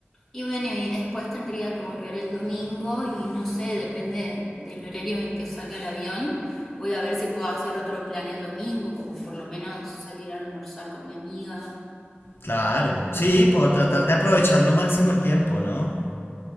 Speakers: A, in the centre; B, on the left (about 65°).
A: y bueno, y después tendría que volver el domingo y no sé, depende del horario en que salga el avión. Voy a ver si puedo hacer otro plan el domingo, como por lo menos salir a almorzar con mi amiga.
B: Claro, sí, por
A: O
B: tratar de aprovechar lo máximo el tiempo, ¿no?